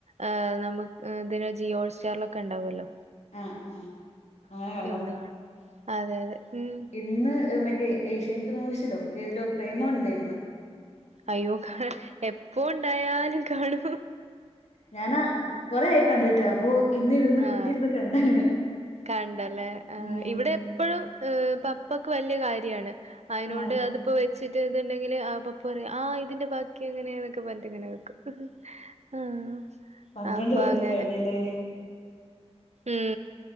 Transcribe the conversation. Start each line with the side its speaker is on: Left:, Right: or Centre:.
Right: ആഹ് നമുക്ക് അതിന് ജിയോ സ്റ്റാറിലൊക്കെ ഉണ്ടാവല്ലോ
Left: ആഹ് അങ്ങനെ കണ്ടത
Right: ഇന്ന് കാണും അതെ അതെ ഉം
Left: ഇന്ന് മറ്റേ ഏഷ്യൻ മൂവീസിലോ ഏതിലോ പ്രേമം ഉണ്ടായിരുന്നു
Right: അയ്യോ എപ്പോ ഉണ്ടായാലും കാണൂ
Left: ഞാന കൊറെ ആയി കണ്ടിട്ട് അപ്പൊ ഇന്നിരുന്ന്
Right: ആഹ്
Left: കുത്തിരുന്ന് കണ്ടാണ്
Right: കണ്ടല്ലേ ആഹ്
Left: ഉം
Right: ഇവിടെ എപ്പഴും ഹ് പപ്പക്ക് വലിയ കാര്യമാണ് അതിനൊണ്ട്
Left: ആഹ്
Right: അത് ഇപ്പൊ വെച്ചിട്ട് ഇതുണ്ടെങ്കിൽ പപ്പ പറ ആ ഇതിന്റെ ബാക്കി എങ്ങനെയാന്നൊക്കെ പറഞ്ഞിട്ടങ്ങനെ വെക്കും ആഹ്
Left: പന്ത്രണ്ട്
Right: അപ്പൊങ്ങനെ
Left: കൊല്ലം കഴിഞ്ഞല്ലേ
Right: ഉം